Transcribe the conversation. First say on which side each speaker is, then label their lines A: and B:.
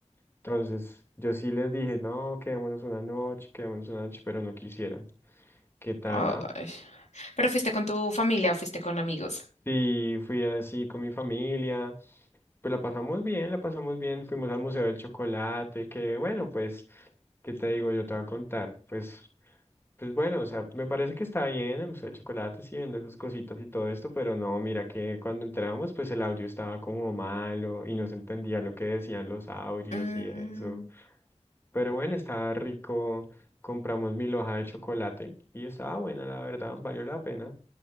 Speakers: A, on the left; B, on the left.
A: Entonces, yo sí les dije, no, quedémonos una noche, quedémonos una noche, pero no quisieron. ¿Qué tal,
B: ay.
A: ah?
B: Pero fuiste con tu familia o fuiste con amigos.
A: Sí, fui así con mi familia. Pues la pasamos bien, la pasamos bien. Fuimos al Museo del Chocolate, que bueno, pues, ¿qué te digo? Yo te voy a contar. Pues Pues bueno, o sea, me parece que está bien el museo de chocolates y vende sus cositas y todo esto, pero no, mira que cuando entramos, pues el audio estaba como malo y no se entendía lo que decían los audios
B: Mm,
A: y eso. Pero bueno, estaba rico. Compramos mil hojas de chocolate y estaba buena, la verdad, valió la pena.